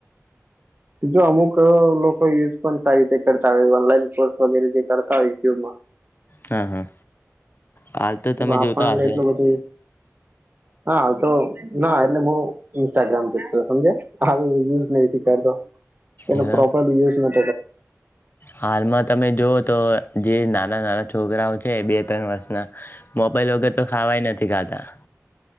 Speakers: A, on the right; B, on the left.
A: ન જો અમુક લોકો યુઝ પણ સારી રીતે કરતા હોય ઓનલાઈન કોર્સ વગેરે જે કરતા હોય યુટ્યુબમાં.
B: હા હા હાલ તો તમે
A: આપણને
B: જોતા હશો
A: એટલું બધું હા તો ના અને હું ઇન્સ્ટાગ્રામ <unintelligible> સમજે હારુ યુઝ નથી કરતો એનો
B: એવા
A: પ્રોપર યુઝ ન <inaudible>
B: હાલમાં તમે જોઓ તો જે નાના નાના છોકરાઓ છે બે ત્રણ વર્ષના મોબાઈલ વગર તો ખાવાય નથી ખાતા